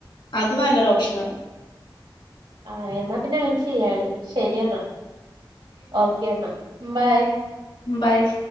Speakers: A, on the left; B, on the right.
A: അത് നല്ലൊരു ഓപ്ഷനാണ്
B: ആഹ് എന്നാ പിന്നെ അങ്ങനെ ചെയ്യാടി ശെരി എന്നാ ഓക്കെ എന്നാ ബായ്
A: ബായ്